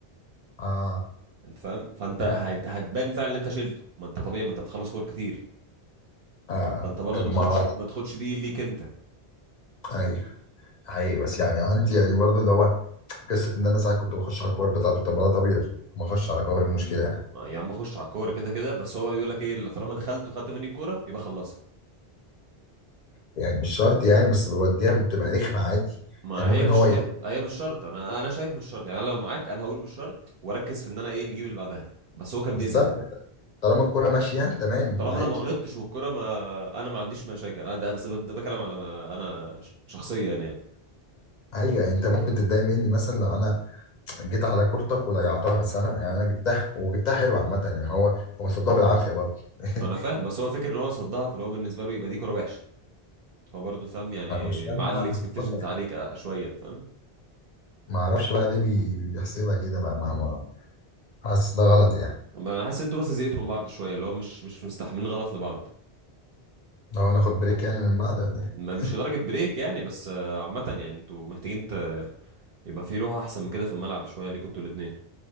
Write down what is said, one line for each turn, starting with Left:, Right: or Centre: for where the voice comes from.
Left: اه
Right: انت فاهم فانت
Left: يعني
Right: هت- هتبان فعلا ان انت شيلته ما انت طبيعي ما انت بتخلص كور كتير
Left: اه
Right: فانت برضو
Left: طب
Right: ما
Left: ما
Right: تاخدش ما تاخدش دي ليك انت
Left: ايوه حقيقي بس يعني عندي يعني برضو اللي هو قصه ان انا ساعات كنت بخش على الكور بتاعته طب ما ده طبيعي ما اخش على كور إيه المشكله يعني؟
Right: ما يا عم خش على الكوره كده كده بس هو بيقول لك ايه اللي طالما دخلت وخدت مني الكوره يبقى خلصها
Left: يعني مش شرط يعني بس بوديها بتبقى رخمة عادي
Right: ما
Left: يعني
Right: هي
Left: ممكن
Right: مش
Left: هو ي-
Right: هي, هي مش شرط انا انا شايف مش شرط يعني انا لو معاك انا هقول مش شرط واركز في ان انا ايه نجيب اللي بعدها بس هو كان
Left: بالظبط
Right: بيزهق
Left: طالما الكرة ماشية تمام
Right: طالما
Left: عادي
Right: انا ما غلطتش والكرة ما انا ما عنديش مشاكل لا ده بس ده بكلام على ما انا ش- شخصيا يعني
Left: عادي يعني انت ممكن تتضايق مني مثلا لو انا جيت على كورتك وضيعتها بس انا يعني انا جبتها وجبتها حلوة عامة يعني هو هو صدها بالعافية برضه <laughs>
Right: انا فاهم بس هو فكر ان هو صدها فلو بالنسبه له يبقى دي كرة وحشه هو برضه فاهم يعني
Left: انا مش فاهم
Right: معلي
Left: بقى
Right: الاكسبكتيشنز
Left: بفكر
Right: عليك
Left: إيه.
Right: آه، شويه أنت فاهم
Left: ما اعرفش بقى ليه بي- بيحسبها كده بقى ما ما حاسس ده غلط يعني
Right: اما انا حاسس ان انتوا بس زهقتوا من بعض شويه اللي هو مش مش مستحملين غلط لبعض
Left: لو انا اخد بريك يعني من بعد ولا ايه
Right: م- مش لدرجه بريك يعني بس آه، عامه يعني انتوا محتاجين ت... يبقى في روح احسن من كده في الملعب شويه ليكوا انتوا الاثنين